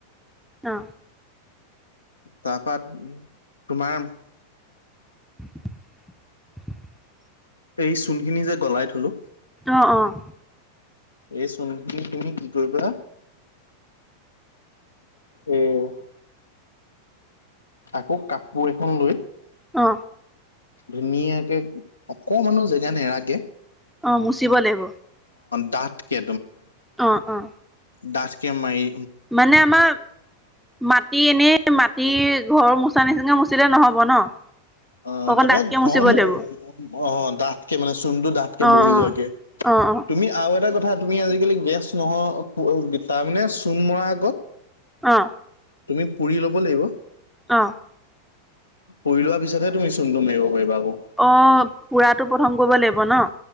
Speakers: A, in the centre; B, on the left.
A: অ
B: তাপা উ তোমাৰ
A: <unintelligible>
B: এই চূণ খিনি যে গলাই থলো
A: অহ অ!
B: এই চোনখিনি তুমি কি কৰিবা উম আকৌ কাপোৰ এখন লৈ
A: অ!
B: ধুনীয়াকে অকমানো জেগা নেৰাকে
A: অ মুচিব লাগিব।
B: ডাঁঠ কে
A: অ অ!
B: ডাঠ কে মা ই
A: মানে আমাৰ মাটি এনেই মাত তি ঘৰ মোচা নিচিনা মচিলে নহব ন?
B: অ
A: অকণ
B: তাপে
A: ডাঠকে
B: ঘৰ
A: মুচিব
B: মু
A: লাগিব
B: অ ডাঠকে মানে চূণটো ডাঠকে
A: অ
B: বহি
A: অ
B: যোৱাকে।
A: অ অ
B: তুমি আৰু এটা কথা তুমি আজিকালি গেছ নহ তাৰমানে চূণ মৰাৰ আগত
A: অ!
B: তুমি পুৰি ল'ব লাগিব।
A: অ!
B: পুৰি লোৱাৰ পিছতহে তুমি চূণটো মাৰিব পাৰিবা আকৌ।
A: অ পুৰাটো প্ৰথম কৰিব লাগিব ন?